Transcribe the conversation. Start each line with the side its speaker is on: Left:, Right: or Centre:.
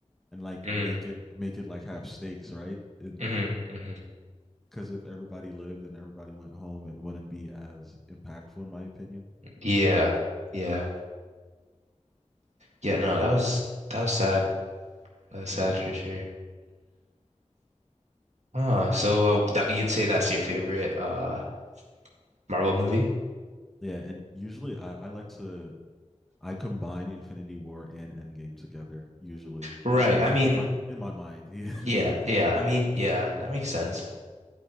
Centre: and like
Right: Mm,
Centre: make it make it like have stakes, right? And
Right: hmm hmm
Centre: because if everybody lived and everybody went home, it wouldn't be as impactful, in my opinion.
Right: Yeah, yeah, yeah. No, that was that was sad. That was
Centre: Yeah.
Right: sad for sure. Ah, so uh, that you'd say that's your favorite uh Marvel movie?
Centre: Yeah, and usually I, I like to I combine Infinity War and Endgame together. Usually
Right: Right.
Centre: in, in my
Right: I mean,
Centre: in my in my mind. <laughs> Yeah.
Right: yeah, yeah. I mean, yeah. That makes sense.